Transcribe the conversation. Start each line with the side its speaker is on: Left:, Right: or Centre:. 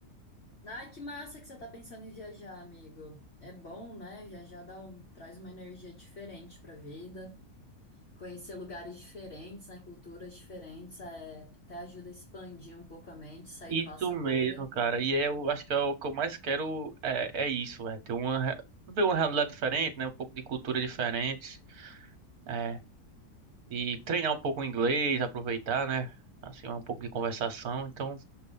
Left: Ai, que massa que você tá pensando em viajar, amigo. É bom, né? Viajar dá um- traz uma energia diferente pra vida. Conhecer lugares diferentes, né? Culturas diferentes, é, até ajuda a expandir um pouco a mente, sair
Right: Isso
Left: da nossa
Right: mesmo,
Left: bolha.
Right: cara. E é, eu acho que é o que eu mais quero é, é isso, é ter uma re- ver uma realidade diferente, né? Um pouco de cultura diferente, é, e treinar um pouco o inglês, aproveitar, né? Assim, um pouco de conversação. Então,